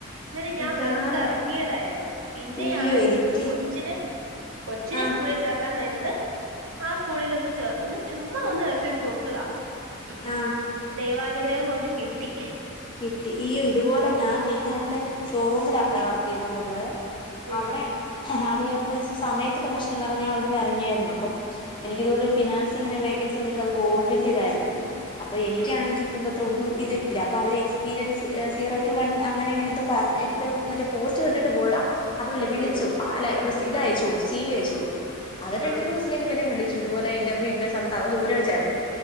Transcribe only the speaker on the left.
ഇതാണ്
അയ്യോ എനിക്കിത്
ആ
ആ
കിട്ടി ഇയ്യോ ഇതുപോലെ
ഞാൻ ഞാൻ നേരത്തെ ഷോറൂമിലാണെ വർക്ക് ചെയ്തൊണ്ടിരുന്നതേ
അവിടെ അത്പ്പോ സമയത്തിന്റെ പ്രശ്നം കാരണം ഞാൻ അവിടുന്ന് ഇറങ്ങിയായിരുന്നു അപ്പം എനിക്ക്തുപോലെ
ഒരു ഫിനാൻസിങ്ങനെ വേക്കൻസി വന്നിട്ട് അത് ഗോൾഡിന്റെ ഇതായിരുന്നു അപ്പൊ എനിക്കാണെങ്കി.
<unintelligible> ഇത്‌. അപ്പൊ അവര് എക്സ്പീരിയൻസ് സീറോ ടു വൺ അങ്ങനെ എങ്ങനെ എന്തോ പറഞ് മറ്റ പോസ്റ്റ് കണ്ടിട്ട് പോയതാ അതല്ല വിളിച്ചു
അല്ല ഇത്
അയച്ച കൊടുത്തു സി വി അയച്ചു കൊടുത്തു അവര് രണ്ട്
മൂന്ന് ദിവസ എന്നെ വിളിച്ചു ഇതുപൊലെ ഇന്റർവ്യൂ ഇന്ന സ്ഥലത്ത് അത് ദൂരെ വെച്ചായിരുന്നു